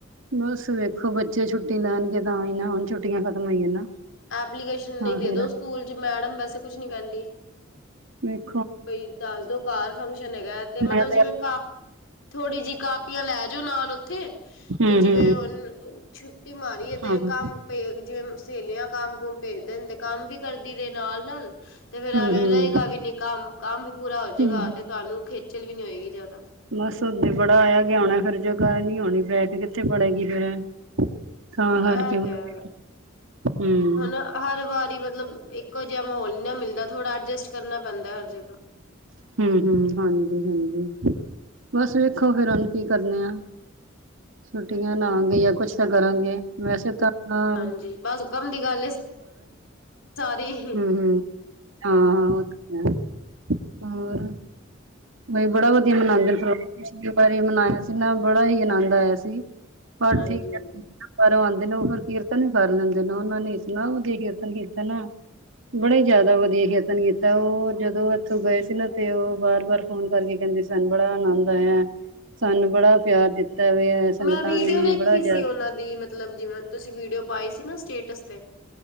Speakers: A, on the right; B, on the left.
A: ਬਸ ਵੇਖੋ ਬੱਚੇ ਛੁੱਟੀ ਲੈਣਗੇ ਤਾਂ ਹੀ ਨਾ, ਹੁਣ ਛੁੱਟੀਆਂ ਖ਼ਤਮ ਹੋਈਆਂ ਨਾ!
B: ਐਪਲੀਕੇਸ਼ਨ ਲਯੀ
A: ਹਾਂ
B: ਦੇ
A: ਫਿਰ
B: ਦੋ ਸਕੂਲ ਚ! ਮੈਡਮ ਵੈਸੇ ਕੁਛ ਨੀ ਕਹਿੰਦੀ
A: ਮ <inaudible>
B: ਭਈ ਦੱਸ ਦੋ ਘਰ ਫੰਕਸ਼ਨ ਹੈਗਾ, ਤੇ
A: ਹੈ
B: ਮਤਲਬ
A: ਮੈਂ
B: ਜਿਵੇਂ ਕ ਥੋੜ੍ਹੀ ਜਿਹੀ ਕਾਪੀਆਂ ਲੈ ਜਾਓ ਨਾਲ ਉੱਥੇ
A: ਹੂੰ
B: ਤੇ ਜਿਵੇਂ
A: ਹੂੰ
B: ਹੁਣ ਛੁੱਟੀ ਮਾਰੀਏ
A: ਹਾਂ
B: ਤੇ
A: ਹਾਂ
B: ਕੰਮ ਜਿਵੇਂ ਸਹੇਲੀਆਂ ਕੰਮ ਕੁਮ ਭੇਜਦੇ, ਤੇ ਕੰਮ ਵੀ ਕਰਦੀ ਰਹੇ ਨਾਲ-ਨਾਲ ਤੇ ਫੇਰ
A: ਹੂੰ-ਹੂੰ,
B: ਐਵੇਂ ਰਹੇਗਾ ਵੀ ਨੀ ਕੰਮ, ਕੰਮ ਵੀ ਪੂਰਾ ਹੋ ਜਾਏਗਾ,
A: ਹੂੰ-ਹੂੰ।
B: ਤੇ ਤੁਹਾਨੂੰ ਖੇਚਲ ਵੀ ਨੀ ਹੋਏਗੀ ਜਿਆਦਾ!
A: ਬਸ ਉੱਦੋ ਬੜਾ ਆਇਆ ਗਿਆ ਹੋਣਾ, ਫੇਰ ਜਗਾ ਨੀ ਹੋਣੀ, ਬੈਗ ਕਿੱਥੇ ਬੜੇਗੀ ਫੇਰ <unintelligible>
B: ਹਾਂ ਇਹ ਤੇ ਹੈ ਹੁਣ ਹਰ ਵਾਰੀ ਮਤਲਬ, ਇੱਕੋ ਜਿਹਾ ਮਾਹੌਲ ਨਾ ਮਿਲਦਾ! ਥੋੜਾ ਐਡਜਸਟ ਕਰਨਾ ਪੈਂਦਾ ਹਰ ਜਗ੍ਹਾ
A: ਹੂੰ ਹੂੰ ਹੂੰ, ਹਾਂਜੀ, ਬਸ ਵੇਖੋ ਫੇਰ ਹੁਣ ਕੀ ਕਰਨੇ ਆ! ਛੁੱਟੀਆਂ ਲਾਂਗੇ, ਜਾਂ ਕੁਛ ਤਾਂ ਕਰਾਂਗੇ, ਵੈਸੇ ਤਾਂ ਹਾਂ
B: ਹਾਂਜੀ! ਬਸ ਹੁਕਮ ਦੀ ਗੱਲ ਏ ਸਾਰੀ
A: ਹਮ! ਹਾਂ, ਹਾਂ ਉਹ ਤੇ ਹੋਰ ਬਈ ਬੜਾ ਵਧੀਆ ਮਨਾਉਂਦੇ ਫਿਰੋ ਵਾਰੀ ਮਨਾਇਆ ਸੀ ਨਾ ਬੜਾ ਹੀ ਆਨੰਦ ਆਇਆ ਸੀ ਹੋਰ
B: ਹਾਂਜੀ
A: ਠੀਕ
B: ਹਾਂਜੀ
A: ਹੈ। ਬਾਰੋ ਆਉਂਦੇ ਨੇ ਉਹ, ਫਿਰ ਕੀਰਤਨ ਵੀ ਕਰ ਲੈਂਦੇ ਨੇ, ਉਹਨਾਂ ਨੇ ਇਤਨਾ ਵਾਦੀਆਂ ਕੀਰਤਨ ਕੀਤਾ ਨਾ ਬੜਾ ਹੀ ਜ਼ਿਆਦਾ ਵਧੀਆ ਕੀਰਤਨ ਕੀਤਾ, ਉਹ ਜਦੋਂ ਇੱਥੋਂ ਗਏ ਸੀ ਨਾ, ਤੇ ਉਹ ਬਾਰ-ਬਾਰ ਫੋਨ ਕਰਕੇ ਕਹਿੰਦੇ, ਸਾਨੂੰ ਬੜਾ ਆਨੰਦ ਆਇਆ, ਸਾਨੂੰ ਬੜਾ ਪਿਆਰ ਦਿੱਤਾ ਵੀ ਸੰਗਤਾਂ
B: ਮੈਂ ਵੀਡੀਓ
A: ਨੇ
B: ਵੇਖੀ
A: ਬੜਾ ਜ਼ਿਆਦਾ
B: ਸੀ, ਉਹਨਾਂ ਦੀ ਮਤਲਬ, ਜਿਵੇਂ ਤੁਸੀਂ ਵੀਡੀਓ ਪਾਈ ਸੀ, ਨਾ ਸਟੇਟਸ ਤੇ